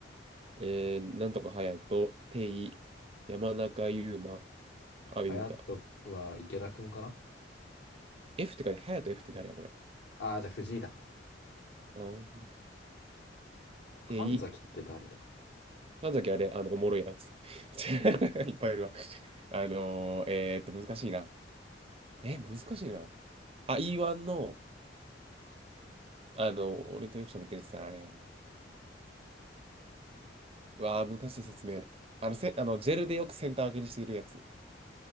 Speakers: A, on the right; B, on the left.
A: えー、なんとか隼人、テイ、山中優馬、阿部裕太。
B: ハヤトは池田くんかな
A: F って書いて、隼人 F って誰やこれ。
B: ああー、じゃあ藤井だ。
A: あー、
B: 神崎って誰だ
A: テイ、神崎あれ、あの、おもろいやつ。<laughs> いっぱいいるわ。あのー、えーっと、難しいな。え、難しいな。あ、E1 の、あの、俺とよく喋ってるやつってあれやな。うわー、難しい説明。あの、せ、あの、ジェルでよくセンター分けにしてるやつ。